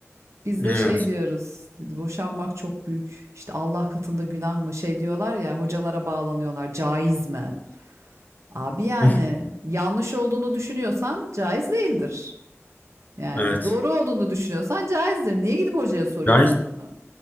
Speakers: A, on the right (about 70°); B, on the left (about 35°).
A: biz de
B: Evet.
A: şey diyoruz, boşanmak çok büyük, işte Allah katında günah mı şey diyorlar ya, hocalara bağlanıyorlar, caiz mi? Abi yani
B: <laughs>
A: yanlış olduğunu düşünüyorsan caiz değildir. Yani
B: Evet.
A: doğru olduğunu düşünüyorsan caizdir. Niye gidip hocaya soruyorsun
B: Yani,
A: ki bunu?